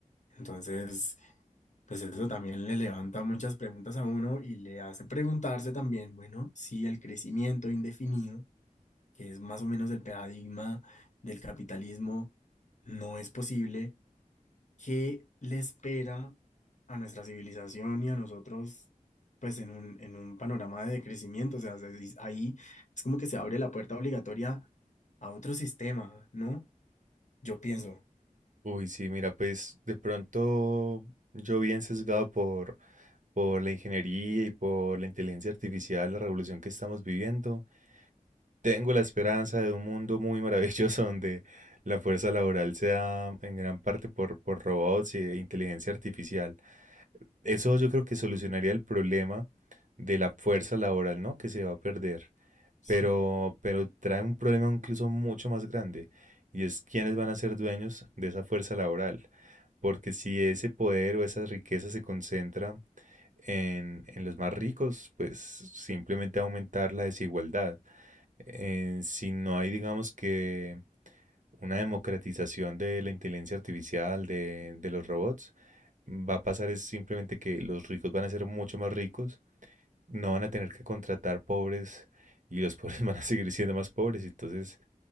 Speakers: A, on the left (about 60°); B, on the right (about 65°).
A: Entonces, pues eso también le levanta muchas preguntas a uno y le hace preguntarse también, bueno, si el crecimiento indefinido, que es más o menos el paradigma del capitalismo, no es posible ¿Qué le espera a nuestra civilización y a nosotros, pues en un, en un panorama de crecimiento? O sea, se dice- ahí es como que se abre la puerta obligatoria a otro sistema, ¿no? Yo pienso,
B: Uy, sí, mira, pues de pronto yo bien sesgado por por la ingeniería y por la inteligencia artificial, la revolución que estamos viviendo. Tengo la esperanza de un mundo muy maravilloso donde la fuerza laboral sea en gran parte por, por robots e inteligencia artificial. Eso yo creo que solucionaría el problema de la fuerza laboral, ¿no? Que se va a perder.
A: sí.
B: Pero, pero trae un problema incluso mucho más grande y es quiénes van a ser dueños de esa fuerza laboral. Porque si ese poder o esa riqueza se concentra en, en los más ricos, pues simplemente aumentar la desigualdad. Eh, si no hay, digamos que una democratización de la inteligencia artificial, de, de los robots, va a pasar es simplemente que los ricos van a ser mucho más ricos, no van a tener que contratar pobres y los <laughs> pobres van a seguir siendo más pobres. Entonces,